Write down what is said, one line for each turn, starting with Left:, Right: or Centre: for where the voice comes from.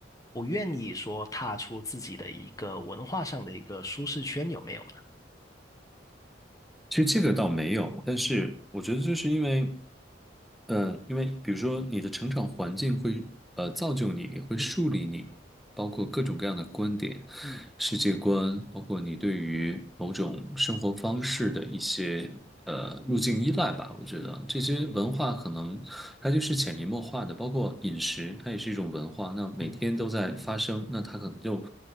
Left: 不愿意说踏出自己的一个文化上的一个舒适圈，有没有呢？
Centre: 其实这个倒没有，但是我觉得就是因为，嗯、因为比如说你的成长环境会呃造就你，会树立你，
Left: 嗯
Centre: 包括各种各样的观点、
Left: 嗯
Centre: 世界观，包括你对于某种生活方式的一些呃路径依赖吧。我觉得这些文化可能它就是潜移默化的，
Left: 嗯
Centre: 包括饮食，它也是一种文化。那每天都在发生，
Left: 嗯
Centre: 那它可能就